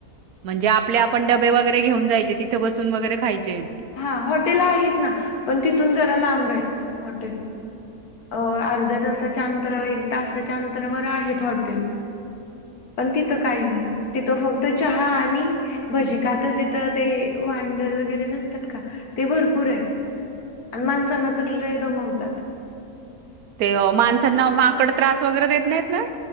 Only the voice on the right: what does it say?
म्हणजे आपले आपण डबे वगैरे घेऊन जायचे तिथे बसून वगैरे खायचे.
ते माणसांना माकड त्रास वगैरे देत नाहीत ना.